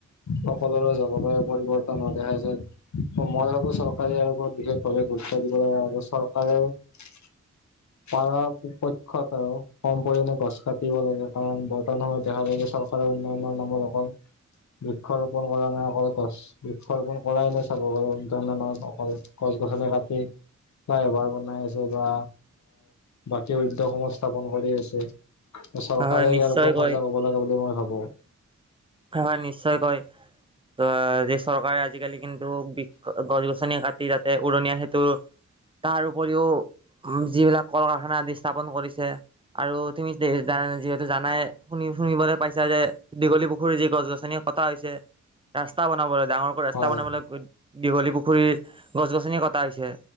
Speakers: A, on the left; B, on the right.
A: সকলোৰে জলবায়ু পৰিৱৰ্তন হোৱা দেখা যায়। মই ভাবোঁ চৰকাৰে আৰু বৰত বিশেষভাৱে গুৰুত্ব দিব লাগ। আৰু চৰকাৰে, <unintelligible> পাৰাপক্ষত আৰু কম পৰিমাণে গছ কাটিব লাগে, কাৰণ বৰ্তমান সময়ত দেখা, উন্নয়নৰ নামত অকল বৃক্ষ ৰোপণ কৰা নাই, অকল গছ, বৃক্ষ ৰোপণ কৰাই নাই, <unintelligible> অকল গছ-গছনি কাটি বা এবাৰ বনাই আছে বা বাকী উদ্যোগ স্থাপন কৰি আছে। চৰকাৰে
B: হয় হয়
A: ইয়াৰ
B: নিশ্চয়কৈ
A: ওপৰত সজাগ হব লাগে বুলি মই ভাবো।
B: হয় নিশ্চয় কয়। ত যি চৰকাৰে আজিকালি কিন্তু বি গছ-গছনি কাটি তাতে উৰণীয়া সেতুৰ তাৰ উপৰিও যিবিলাক কল-কাৰখানা আদি স্থাপন কৰিছে। আৰু তুমি যিহেতু জানাই শুনি শুনিবলৈ পাইছা যে দীঘলী পুখু পুখুৰী যি গছ-গছনি কটা হৈছে ৰাস্তা বনাবলৈ ডাঙৰকৈ ৰাস্তা
A: হয়
B: বনাবলৈ। দীঘলী পুখুৰীত গছ-গছনি কটা হৈছে।